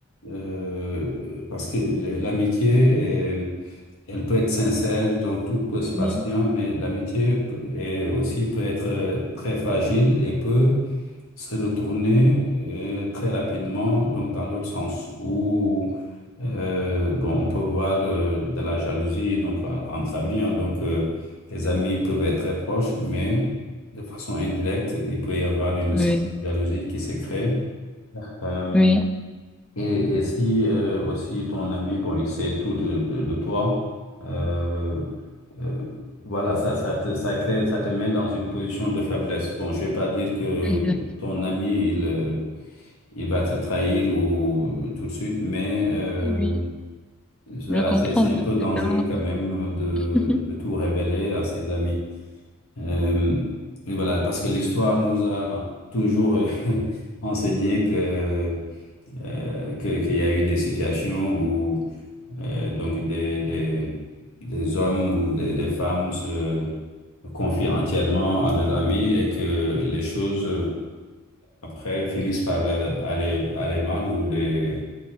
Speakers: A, on the left; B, in the centre.
A: euh, parce que l- l'amitié, est- elle peut être sincère, donc tout peut se passe
B: Oui,
A: bien, mais l'amitié peut- est aussi peut être euh, très fragile et peut se retourner euh, très rapidement, donc dans l'autre sens, où euh, bon, on peut voir euh, de la jalousie donc, euh, entre amis. hein. donc, euh, les amis peuvent être très proches, mais de façon indirecte, il peut y avoir une
B: oui,
A: certaine jalousie qui se crée. Euh,
B: oui,
A: et, et si euh, aussi ton ami, bon, il sait tout de, de, de toi, euh, euh, voilà, ça, ça te, ça crée, ça te met dans une position de faiblesse. Bon, je vais pas dire que
B: exact.
A: ton ami, il, euh, il va te trahir ou tout de suite, mais euh,
B: oui,
A: voilà,
B: je comprends
A: c'est, c'est un
B: parfaitement.
A: peu dangereux quand même de,
B: <laughs>
A: de tout révéler à ses amis. Euh, et voilà, parce que l'histoire nous a toujours <laughs> enseigné que euh, que- qu'il y a eu des situations où euh, donc des, des, des hommes ou des, des femmes se confient entièrement à leurs amis et que les choses euh, après finissent par euh, aller, aller mal ou des,